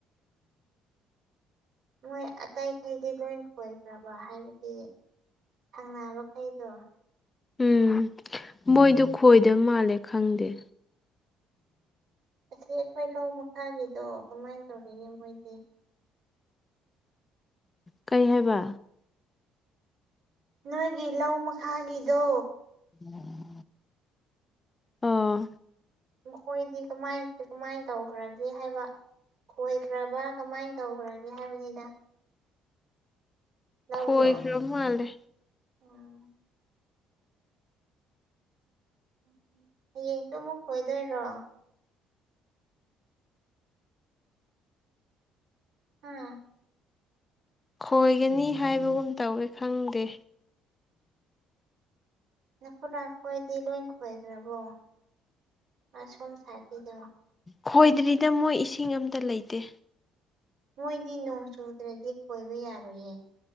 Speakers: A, on the right (about 75°); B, on the left (about 25°).
A: ꯃꯣꯏ ꯑꯇꯩꯈꯩꯗꯤ ꯂꯣꯏ ꯈꯣꯏꯈ꯭ꯔꯕ ꯍꯥꯏꯕꯗꯤ ꯊꯪꯅꯕꯈꯩꯗꯣ
B: ꯎꯝ ꯃꯣꯏꯗꯣ ꯈꯣꯏꯗꯕ ꯃꯥꯜꯂꯦ ꯈꯪꯗꯦ
A: ꯑꯁꯤ ꯑꯩꯈꯣꯏ ꯂꯧ ꯃꯈꯥꯒꯤꯗꯣ ꯀꯃꯥꯏꯅ ꯇꯧꯔꯤꯒꯦ ꯃꯣꯏꯗꯤ
B: ꯀꯩ ꯍꯥꯏꯕ
A: ꯅꯣꯏꯒꯤ ꯂꯧ ꯃꯈꯥꯒꯤꯗꯣ
B: <inaudible> ꯑꯥ
A: ꯃꯈꯣꯏꯗꯤ ꯀꯃꯥꯏ ꯀꯃꯥꯏꯅ ꯇꯧꯈ꯭ꯔꯒꯦ ꯍꯥꯏꯕ ꯈꯣꯏ ꯈ꯭ꯔꯕ ꯀꯃꯥꯏꯅ ꯇꯧꯈ꯭ꯔꯒꯦ ꯍꯥꯏꯕꯅꯤꯗ ꯂꯧꯗꯣ
B: ꯈꯣꯏꯈ꯭ꯔ ꯃꯥꯜꯂꯦ
A: ꯎꯝ <inaudible> ꯍꯌꯦꯡꯁꯨ ꯑꯃꯨꯛ ꯈꯣꯏꯗꯣꯏꯔꯣ ꯑꯝ
B: ꯈꯣꯏꯒꯅꯤ ꯍꯥꯏꯕꯒꯨꯝ ꯇꯧꯋꯦ ꯈꯪꯗꯦ
A: ꯅꯈꯨꯨꯔꯥ ꯈꯣꯏꯗꯤ ꯂꯣꯏ ꯈꯣꯏꯈ꯭ꯔꯕꯣ ꯑꯁꯣꯝ ꯁꯥꯏꯠꯀꯤꯗꯣ
B: ꯈꯣꯏꯗ꯭ꯔꯤꯗ ꯃꯣꯏ ꯏꯁꯤꯡ ꯑꯝꯇ ꯂꯩꯇꯦ
A: ꯃꯣꯏꯗꯤ ꯅꯣꯡ ꯆꯨꯗ꯭ꯔꯗꯤ ꯈꯣꯏꯕ ꯌꯥꯔꯣꯏꯌꯦ